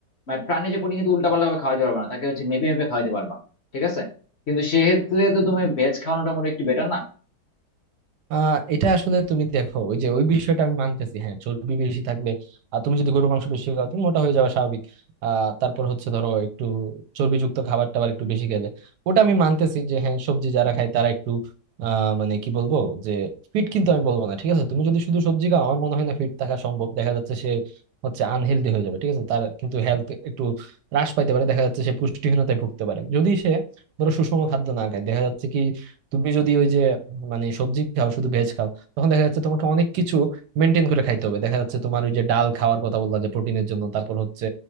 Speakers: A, on the left; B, on the right.
A: মানে প্রাণী যে প্রোটিন কিন্তু উল্টাপাল্টা ভাবে খাওয়াইতে পারবা না তাকে হচ্ছে মেপে মেপে খাওয়াইতে পারবা ঠিক আছে কিন্তু সেক্ষেত্রে তো তুমি ভেজ খাওয়ানোটা মোটামুটি একটু বেটার না
B: আহ এটা আসলে তুমি দেখো ওই যে ওই বিষয়টা আমি মানতেছি হ্যাঁ চর্বি বেশি থাকলে আর তুমি যদি গরুর মাংস বেশি খাও তুমি মোটা হয়ে যাবে স্বাভাবিক আহ তারপর হচ্ছে ধরো একটু চর্বিযুক্ত খাবার টাবার একটু বেশি খেলে ওটা আমি মানতেছি যে হ্যাঁ সবজি যারা খায় তারা একটু আহ মানে কি বলবো যে ফিট কিন্তু আমি বলবো না ঠিক আছে তুমি যদি শুধু সবজি খাও আমার মনে হয় না ফিট থাকা সম্ভব দেখা যাচ্ছে সে হচ্ছে আনহেলদি হয়ে যাবে ঠিক আছে তার কিন্তু হেলথ একটু হ্রাস পাইতে পারে দেখা যাচ্ছে সে পুষ্টিহীনতায় ভুগতে পারে যদি সে ধরো সুষম খাদ্য না খায় দেখা যাচ্ছে কি তুমি যদি ওই যে মানে সবজি খাও শুধু ভেজ খাও তখন দেখা যাচ্ছে তোমাকে অনেক কিছু মেনটেন করে খাইতে হবে দেখা যাচ্ছে তোমার ওই যে ডাল খাওয়ার কথা বললা যে প্রোটিনের জন্য তারপর হচ্ছে